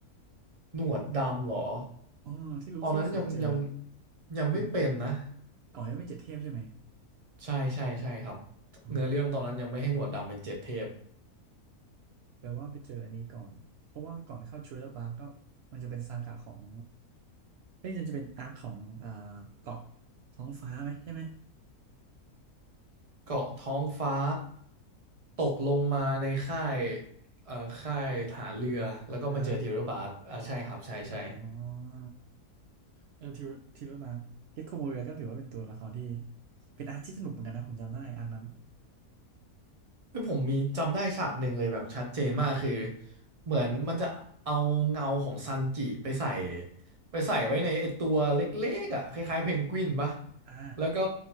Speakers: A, on the right (about 30°); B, on the right (about 80°).
A: หนวดดำเหรอ
B: อ๋อที่ลูฟี่เคยเจอ
A: ตอนนั้นยังยังยังไม่เป็นนะ
B: หรืออ๋อยังไม่เจ็ดเทพใช่ไหม
A: ใช่ใช่ใช่ครับ
B: อ๋อ
A: เนื้อเรื่องตอนนั้นยังไม่ให้หนวดดำเป็นเจ็ดเทพ
B: แปลว่าไปเจออันนี้ก่อนเพราะว่าก่อนเข้าทริลเลอร์บาร์ก็มันจะเป็นซากะของเอ้ยมันจะเป็นอาร์คของอ่าเกาะท้องฟ้าไหมใช่ไหม
A: เกาะท้องฟ้าตกลงมาในค่ายเอ่อค่ายฐานเรือ แล้วก็มาเจอเทวดาบาร์กอ่าใช่ครับใช่ใช่
B: อ่า อ่าเออทิวทิวมาเด็กโคโมเรียก็ถือว่าเป็นตัวละครที่เป็นอาร์คที่สนุกเหมือนกันนะผมจำได้อาร์คนั้น
A: คือผมมีจำได้ฉากหนึ่งเลยแบบชัดเจนมากคือเหมือนมันจะเอาเงาของซันจิไปใส่ไปใส่ไว้ในไอตัวเล็กๆอ่ะคล้ายๆเพนกวินปะ
B: อ่า
A: แล้วก็